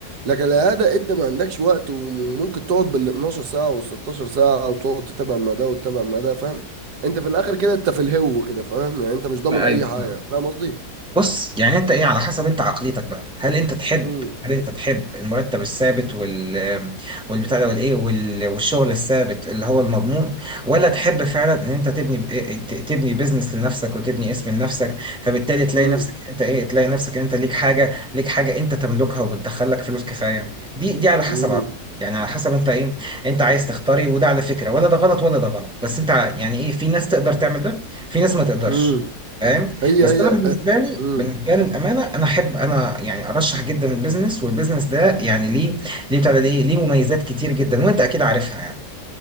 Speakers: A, on the right; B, in the centre.
A: لكن العيادة إيه؟ انت ما عندكش وقت وممكن تقعد بال 12 ساعة وال 16 ساعة وتقعد تتابع ما ده وتتابع ما ده فاهم انت في الاخر كده انت في الهو كده فاهم يعني انت مش ضامن
B: ايوه
A: اي حاجه
B: فاهم.
A: فاهم قصدي
B: بص يعني انت ايه على حسب انت عقليتك بقى هل انت تحب
A: امم
B: هل انت تحب المرتب الثابت وال والبتاع ده والايه وال... والشغل الثابت اللي هو المضمون ولا تحب فعلا ان انت تبني ب... إيه، ت- تبني بيزنس لنفسك وتبني اسم لنفسك فبالتالي تلاقي
A: امم
B: نفسك انت ايه تلاقي نفسك انت ليك حاجه ليك حاجه انت تملكها وبتدخلك فلوس كفايه دي دي على حسب
A: امم
B: عقليتك يعني على حسب انت ايه انت عايز تختاري وده على فكره ولا ده غلط ولا ده غلط بس انت ع- يعني ايه في ناس تقدر تعمل ده في ناس ما تقدرش
A: امم
B: فاهم؟
A: هي
B: بس
A: هي
B: انا بالنسبه لي
A: امم
B: بالنسبه لي للامانه انا احب انا يعني ارشح جدا البيزنس والبيزنس ده يعني ليه ليه بتاع ده ليه ليه مميزات كتير جدا وانت اكيد عارفها يعني